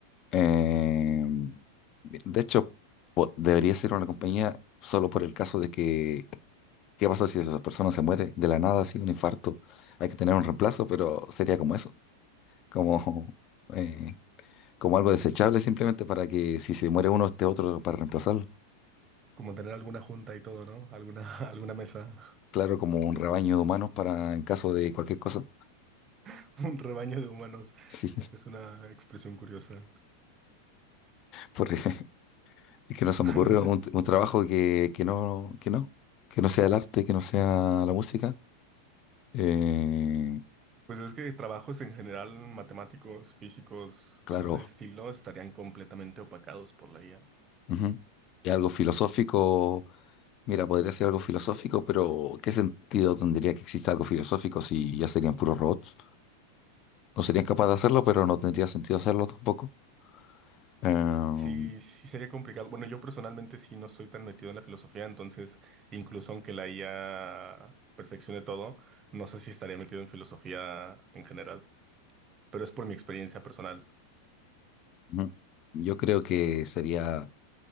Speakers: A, on the left; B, on the right.
A: eh, de hecho, po- debería ser una compañía solo por el caso de que, ¿qué pasa si esa persona se muere de la nada, así un infarto? Hay que tener un reemplazo, pero sería como eso, como, eh, como algo desechable simplemente para que si se muere uno, esté otro para reemplazarlo.
B: Como tener alguna junta y todo, ¿no? Alguna, <laughs> alguna mesa,
A: Claro, como un rebaño de humanos para en caso de cualquier cosa.
B: <laughs> un rebaño de humanos.
A: Sí.
B: Es una expresión curiosa.
A: Porque <laughs> es que no se
B: <laughs>
A: me ocurre
B: No sé.
A: un, un trabajo que, que no, que no, que no sea el arte, que no sea la música. Eh,
B: Pues es que trabajos en general, matemáticos, físicos,
A: claro,
B: cosas de ese estilo, estarían completamente opacados por la IA.
A: ujú. Y algo filosófico, mira, podría ser algo filosófico, pero ¿qué sentido tendría que exista algo filosófico si ya serían puros robots? No serían capaces de hacerlo, pero no tendría sentido hacerlo tampoco. Eh,
B: Sí, sí sería complicado. Bueno, yo personalmente sí no soy tan metido en la filosofía, entonces incluso aunque la IA perfeccione todo, no sé si estaría metido en filosofía en general, pero es por mi experiencia personal.
A: ujú. yo creo que sería